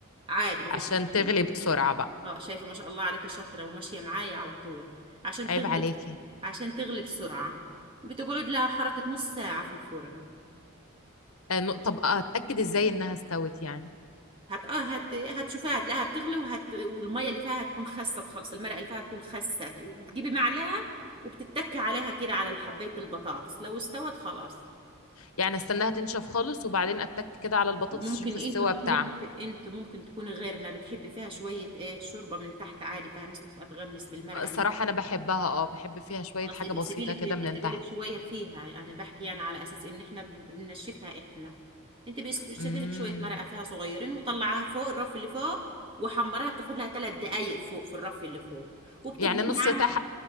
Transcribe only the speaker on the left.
عشان
تغلي بسرعة بقى
عيب
عليكي
آه، نق- طب آه، اتاكد ازاي انها استوت يعني
يعني استناها تنشف خالص وبعدين اتك كده على البطاطس
اشوف السوا
بتاعها
الصراحة أنا بحبها اه بحب فيها شوية
حاجة
بسيطة
كده
من
تحت
امم
يعني نص
تحت